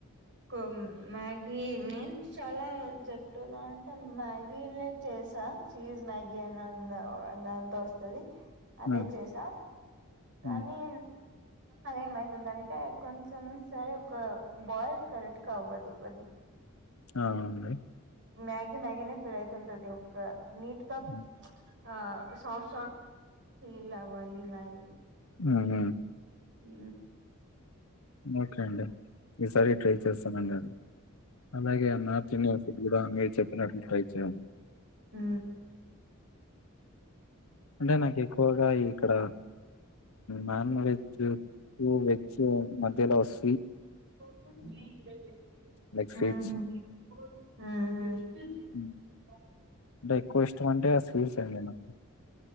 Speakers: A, on the right; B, on the left.
A: కొ మ్యాగీ నేను చాలా ఇలా జప్టోలో అంటే మ్యాగీ చేసా చీజ్ మ్యాగీ అనని అంత వస్తుంది అదే
B: ఉమ్
A: చేసా కానీ
B: ఉమ్
A: అదేమై అంటే కొంచెం సరే ఒక బాయిల్ కరెక్ట్గా అవ్వదు కొది
B: ఆ ఉన్నయ్
A: మ్యాగీ మ్యాగీనే ఫిల్ అయితుంటది ఒక్క నీట్గా
B: ఉమ్
A: ఆ సాఫ్ట్ సాఫ్ట్ ఫీల్ అవ్వాలి మ్యాగీ
B: ఉహు
A: ఊ
B: ఓకే అండి ఈసారి ట్రై చేస్తానండి అది అలాగే నార్త్ ఇండియన్ ఫుడ్ కూడా మీరు చెప్పినట్లు ట్రై చేయ
A: ఊ
B: అంటే నాకు ఎక్కువగా ఇక్కడ నాన్ వెజ్ కు వెజ్ మధ్యలో వస్
A: అహ
B: లైక్ స్వీట్స్.
A: అహ
B: హ్మ్. అంటే ఎక్కువ ఇష్టం అంటే ఆ స్వీట్స్ అండి నాకు